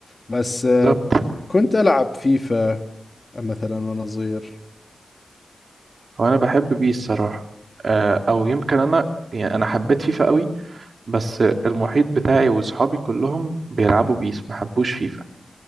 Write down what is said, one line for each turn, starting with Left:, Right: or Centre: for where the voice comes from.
Left: بس آه،
Right: بالظبط
Left: كنت ألعب فيفا مثلا وأنا صغير
Right: هو انا بحب بيه الصراحه آه، او يمكن انا يعني انا حبيت فيفا قوي بس المحيط بتاعي واصحابي كلهم بيلعبوا بيس ما حبوش فيفا